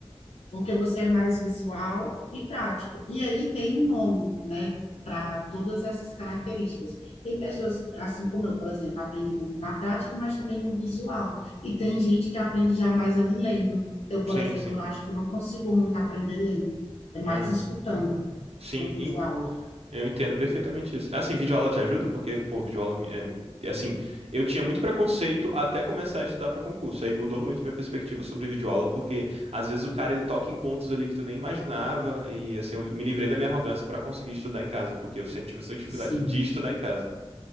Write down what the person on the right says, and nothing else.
Sim,
sim.
Aham.
Sim,
in-
Eu entendo perfeitamente isso. Assim, videoaula te ajuda? Porque, pô, videoaula, me- é, é, assim, eu tinha muito preconceito até começar a estudar para concurso. Aí mudou muito minha perspectiva sobre videoaula, porque às vezes o cara ele toca em pontos ali que tu nem imaginava. E, assim, eu me livrei da minha arrogância para conseguir estudar em casa, porque eu sempre tive essa dificuldade
de estudar em casa.